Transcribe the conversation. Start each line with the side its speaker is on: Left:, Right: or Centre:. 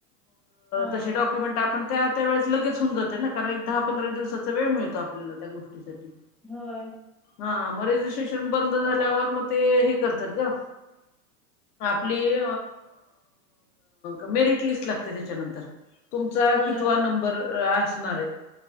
Centre: हां.
Left: तसे
Centre: हां.
Left: डॉक्युमेंट आपण त्या त्या वेळेस लगेच होऊन जाते ना कारण एक दहा पंधरा दिवसाचा वेळ मिळतो आपल्याला त्या गोष्टीसाठी.
Centre: होय.
Left: हा मग रेजिस्ट्रेशन बंद झाल्यावर मग ते हे करतात ग प्लीज <inaudible> मेरिट लिस्ट ला त्याच्यानंतर तुमचा
Centre: होय.
Left: कितवा
Centre: होय.
Left: नंबर असणार आहे.